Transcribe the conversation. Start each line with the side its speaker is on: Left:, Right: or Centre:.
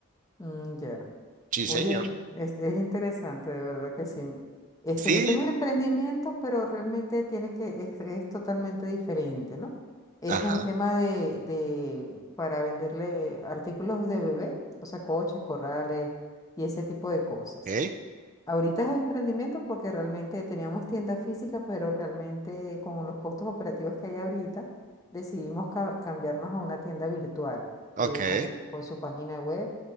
Left: Mm, ya.
Right: Sí,
Left: Oye,
Right: señor.
Left: es es interesante, de verdad que sí. Este,
Right: Sí.
Left: yo tengo un emprendimiento, pero realmente tiene que, es, es totalmente diferente, ¿no? Es
Right: Ajá.
Left: un tema de, de, para venderle artículos de bebé, o sea, coches, corrales y ese tipo de cosas.
Right: Ok.
Left: Ahorita es emprendimiento porque realmente teníamos tienda física, pero realmente con los costos operativos que hay ahorita, decidimos ca- cambiarnos a una tienda virtual
Right: Ok.
Left: eh, con, con su página web,